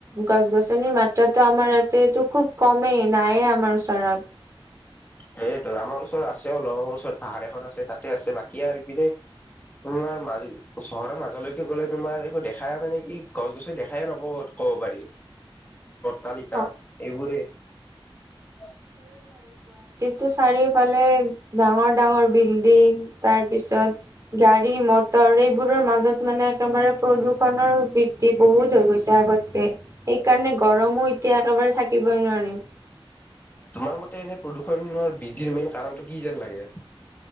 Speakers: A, on the right (about 35°); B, on the left (about 20°).
A: গছ- গছনিৰ মাত্ৰাটো আমাৰ ইয়াতেটো খুব কমেই নায়েই আমাৰ ওচৰত ।
B: সেইটো আমাৰ ওচৰত আছে অলপ, ওচৰত পাহাৰ এখন আছে তাতে আছে বাকী আৰু ইপিনে তোমাৰ মাজ চহৰৰ মাজলৈকে গলে তোমাৰ একো দেখা নেপায় নেকি, গছ- গছনি দেখাই নেপাব কব পাৰি! তালিকা
A: অ
B: এইবোৰে। <inaudible>
A: টো চাৰিওফালে ডাঙৰ, ডাঙৰ বিল! তিং! তাৰ পিছত গাড়ী, মটৰ এই বোৰৰ মাজত মানে একেবাৰে প্ৰদূষণৰ বৃদ্ধি বহুত হৈ গৈছে আগতকে সেইকাৰণে গৰমো এতিয়া একেবাৰে থাকিবই নোৱাৰিম
B: তোমাৰ মতে এনে প্ৰদূষণ বৃদ্ধিৰ মেইন কাৰণটো কি যেন লাগে।